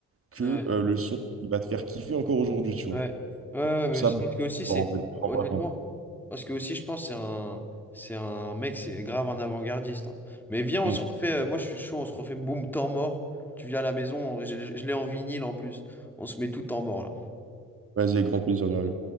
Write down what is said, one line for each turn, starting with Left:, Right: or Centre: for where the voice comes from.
Right: que
Centre: Ouais.
Right: euh, le son, il va te faire kiffer encore aujourd'hui, tu vois.
Centre: Ouais, ouais, ouais, mais
Right: Ça,
Centre: c'est parce que aussi, c'est
Right: en fait, je me rends
Centre: honnêtement,
Right: pas compte.
Centre: parce que aussi, je pense, c'est un, c'est un mec, c'est grave un avant-gardiste. hein. Mais viens, on
Right: Mm.
Centre: se refait, euh, moi je suis chaud, on se refait boum, temps mort. Tu viens à la maison, on- je, je l'ai en vinyle en plus, on se met tout temps mort là.
Right: Vas-y, avec grand plaisir, Dario.